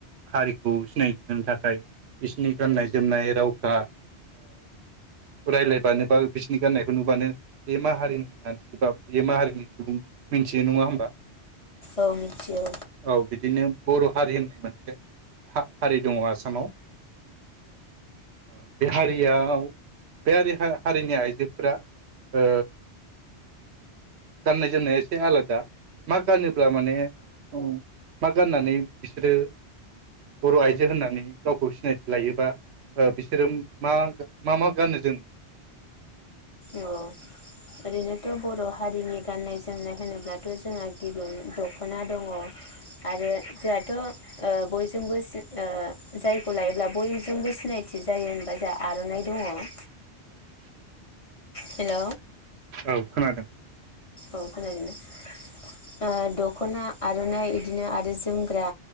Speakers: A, on the right (about 70°); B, on the left (about 30°).
A: हारिखौ सिनायथि होनो थाखाय बिसिनि गाननाय जोमनाय रावफ्रा ओ रायलायबानो बा बिसोरनि गाननायखौ नुबानो बे मा हारिनि मानसि बा बे मा हारिनि मिथियो नङा होमबा
B: औ मिथियो
A: औ बिदिनो बर' हारि होननाय मोनसे हा-हारि दङ आसामाव औ। बे हारियाव बे हारि हा-हारिनि आइजोफोरा ओ गाननाय जोमनाया एसे आलादा मा गानोब्ला माने ओ मा गाननानै बिसोरो बर आइजो होननानै गावखौ सिनायथि लायोबा, ओ बिसोरो मा मा मा गानो जोमो
B: औ ओरैनोथ बर हारिनि गाननाय जोम जोमनाय होनोब्लाथ जोंहा गिबियावनो दखना दखना दङ आरो जोंहाथ ओ बयजोंबो ओ जायखौ लायोब्ला बयजोंबो सिनायथि जायो होनबा जोंहा आरनाइ दङ हेल'
A: औ खोनादों।
B: औ खोनादों ओ दखना आरनाइ बिदिनो आरो जोमग्रा